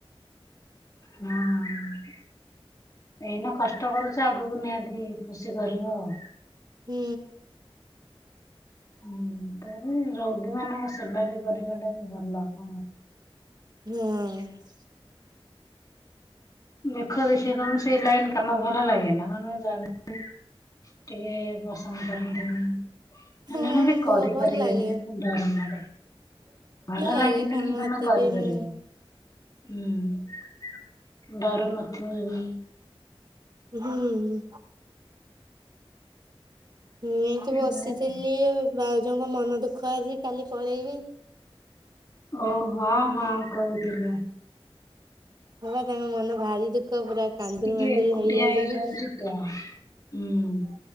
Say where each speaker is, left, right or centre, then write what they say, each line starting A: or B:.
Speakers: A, on the left (about 40°); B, on the right (about 45°).
A: ହୁଁ। ଏଇନା କଷ୍ଟ କରୁଚ ଆଗକୁ ନିହାତି ଖୁସି କରିବ ଆଉ
B: ହୁଁ।
A: ହୁଁ ତାରେ ରୋଗୀ ମାନଙ୍କ ସେବା ବି କରିବାଟା ବି ଭଲ ହ।
B: ହୁଁ।
A: ଦେଖ ଦେଖିଆ ତମେ ସେଇ ଲାଇନ୍ କାମ ଭଲ ଲାଗେ ନାଁ <unintelligible> ଟିକେ ପସନ୍ଦ କରନ୍ତିନି। ଜନ
B: ହଁ
A: ଜଣ ବି
B: ଭ
A: କରିପାରିବେନି
B: ଭଲ ଲାଗେ।
A: ତାଙ୍କୁ ଡର ମାଡ଼େ। ଭଲ ଲାଗିଲେ
B: ଲାଗେ କାମ
A: ହିଁ ତମେ
B: ଏତେ
A: କରିପାରିବ
B: ବି ମାନେ
A: ହୁଁ ଡରୁ ନଥିବ ବି
B: ହୁଁ। ମୁଁ ଏଇଠି
A: ଏଇଭଳିଆ
B: ବସିଥିଲି
A: ଆଉ।
B: ଆଉ। ଭାଉଜଙ୍କ ମନ ଦୁଃଖ ଆଜି କାଲି ପଳେଇବି।
A: ଓ ହଁ ହଁ କହୁଥିଲେ।
B: ହଁ ପା ତାଙ୍କ ମନ ଭାରି ଦୁଃଖ ପୁରା କାନ୍ଦୁରୁ
A: ସେ ଟିକେ
B: ମାନ୍ଦୁରୁ
A: ଏକୁଟିଆ
B: ହେଇଯାଉଛନ୍ତି।
A: ହେଇଯାଉଛି ହୁଁ।